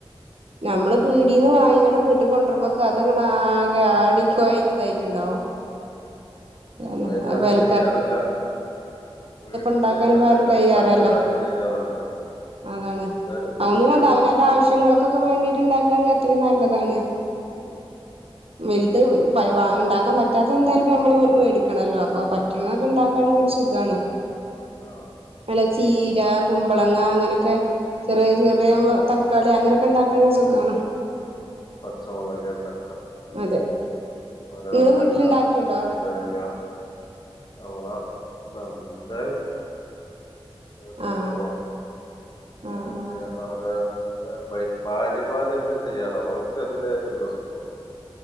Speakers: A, on the right; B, on the left.
A: ഞമ്മള് പീടിയെന്ന് വാങ്ങി നിങ്ങൾടെ വീട്ട്ക്ക് കൊണ്ടൊര്മ്പക്കത് ങ്ങണ് ആകെ ആടി കൊഴഞ്ഞ് ഇതായി ട്ട്ണ്ടാവും പിന്നെ
B: എല്ലാവരും
A: ആ വെല
B: തയ്യാറല്ല വീട്ടില്
A: ഉണ്ടാക്കാൻ
B: പച്ചക്കറി
A: ഇപ്പ ആരും തയ്യാറല്ല
B: ഇണ്ടാക്കാൻ ആരും തയ്യാറല്ല.
A: അതാണ്
B: എല്ലാരും ബിസിയാണ്
A: ഒന്നും വേണ്ട അവനാന്റെ ആവശ്യങ്ങൾക്കൊക്കെ വേണ്ടീട്ട് ഇണ്ടാക്കാണെങ്കി അത്രേം നല്ലതാണ്
B: ഉം
A: വെൽത് പഴ് വ ഇണ്ടാക്കാൻ പറ്റാത്ത എന്താലും ഇപ്പ നമ്മള് വേടിക്കണല്ലോ അപ്പൊ പറ്റ് റ്റുന്നൊക്കെ ഇണ്ടാക്കാണെങ്കില് സുഖാണ്
B: ആ
A: നല്ല ചീര കുമ്പളങ്ങ അങ്ങനെയൊക്കെ ചെറിയ ചെറിയ തക്കാളി അങ്ങനെയൊക്കെ ഇണ്ടാക്ക <unintelligible> സുഖാണ്
B: മ് പച്ചമുളക് ത
A: അതെ
B: അതുപോലെ
A: നിങ്ങള്
B: വെണ്ടക്ക
A: വീട്ടിലുണ്ടാക്കലുണ്ടോ
B: വൈതനങ്ങ <unintelligible> <unintelligible> നോട്ടിന്റെ
A: ആഹ്
B: കുറവാ
A: ആഹ്
B: അത്
A: ആഹ്
B: ആരെ ആ വൈഫ് ഭാര്യമാര് ഇതിന് തയ്യാറാവ് ഓൽക്ക് അതിന് ഒര് ഇന്ട്രെസ്റ്റ് വാണം